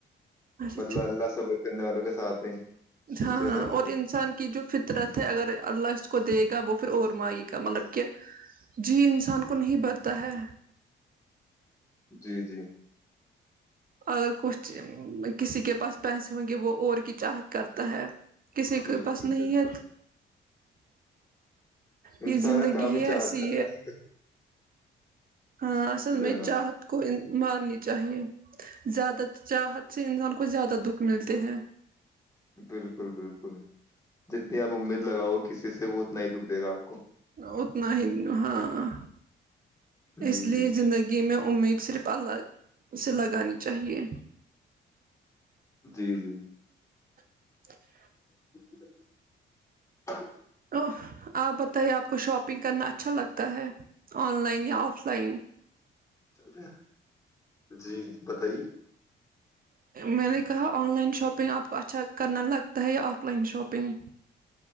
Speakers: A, on the right; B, on the left.
A: اچھا
B: مطلب اللہ صبر کرنے والوں کے ساتھ <unintelligible>
A: ہاں
B: کچھ ایسا
A: ہاں
B: ہوتا
A: اور
B: ہے۔
A: انسان کی جو فطرت ہے اگر اللہ اس کو دیکھ وہ پھر اور مئیے گا مطلب کہ جی انسان کو نہیں برتا ہے
B: جی جی
A: اگر کچھ کسی کے پاس پیسے ہوں گے وہ اور کی چاہت کرتا ہے کسی
B: بالکل
A: کو پس نہیں
B: بالکل
A: ہے
B: انسان
A: یہ زندگی
B: کام ہی چاہت
A: ایسی
B: کر رہا ہے
A: ہاں اصل میں
B: نا
A: چاہت کو مارنی چاہیے زیادہ چاہت سے انسان کو زیادہ دکھ ملتے ہے
B: بالکل بالکل جتنی آپ امید لگاؤ کسی سے اتنا ہی دکھ دے گا آپ کو
A: اتنا ہی ہاں
B: جی
A: اس لیے
B: جی
A: زندگی میں امید صرف اللہ اسے لگانی چاہیے
B: جی جی
A: <inaudible>
B: <inaudible>
A: ا آپ بتائیے آپ کو شاپنگ کرنا اچھا لگتا ہے آن لائن یا آف لائن
B: چل رہا جی بتائیے
A: میں نے کہا آن لائن شاپنگ آپ کو اچھا کرنا لگتا ہے یا آف لائن شاپنگ